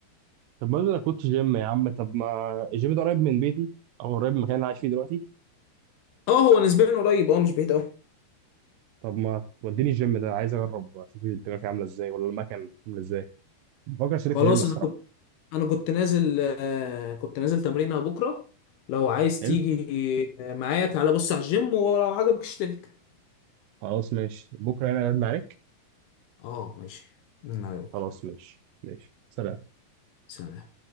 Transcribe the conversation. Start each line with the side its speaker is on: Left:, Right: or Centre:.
Right: طب ما انا كنت جيم يا عم طب ما الجيم ده قريب من بيتي او قريب من المكان اللي أنا عايش فيه دلوقتي
Left: اه هو نسبيا قريب اه مش بعيد قوي
Right: طب ما توديني الجيم ده عايز اجرب اشوف الدنيا فيه عامله ازاي ولا المكان عامله ازاي بفكر اشترك
Left: خلاص
Right: في جيم الصراحه
Left: انا كنت انا كنت نازل آه كنت نازل تمرينه بكره لو عايز
Right: حلو
Left: تيجي آه، معايا تعالى بص على الجيم ولو عجبك اشترك
Right: خلاص ماشي بكره هنا لازم عليك
Left: اه ماشي من على بكره
Right: خلاص ماشي ماشي سلام
Left: سلام